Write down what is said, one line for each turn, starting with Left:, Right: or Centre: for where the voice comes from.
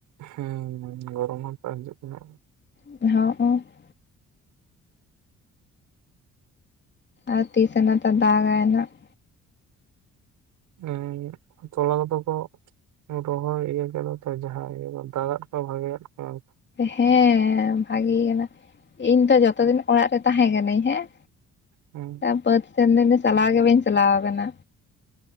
Right: ᱦᱮᱸ ᱜᱚᱨᱚᱢ ᱠᱟᱜᱟ <unintelligible> ᱪᱮᱫᱠᱟ
Left: <inaudible> ᱟᱨ ᱛᱤᱥᱱᱟᱛᱟ ᱫᱟᱜ ᱟᱭᱱᱟᱜ ᱾
Right: ᱦᱮᱸ ᱛᱚᱞᱟ ᱠᱚᱫᱚ ᱠᱚ ᱨᱚᱦᱚᱭ ᱤᱭᱟᱹ ᱠᱮᱫ ᱛᱚ ᱡᱟᱦᱟᱸ ᱤᱭᱟᱹ ᱫᱟᱜᱟᱫ ᱠᱚᱣᱟᱭ ᱵᱷᱟᱜᱮᱭᱟᱫ ᱠᱚᱣᱟᱭ᱾
Left: ᱦᱮᱸ ᱵᱷᱟᱜᱮ ᱠᱟᱱᱟ᱾ ᱤᱧ ᱫᱚ ᱡᱚᱛᱚ ᱫᱤᱱ ᱚᱲᱟᱜ ᱨᱮ ᱛᱟᱦᱮᱸ ᱠᱟᱱᱤᱧ ᱦᱮᱸ᱾
Right: ᱦᱩᱸ
Left: ᱮᱸ ᱵᱟᱹᱫ ᱥᱮᱱ ᱫᱚᱧ ᱫᱚ ᱪᱟᱞᱟᱣ ᱜᱮ ᱵᱟᱹᱧ ᱪᱟᱞᱟᱣ ᱟᱠᱟᱱᱟ᱾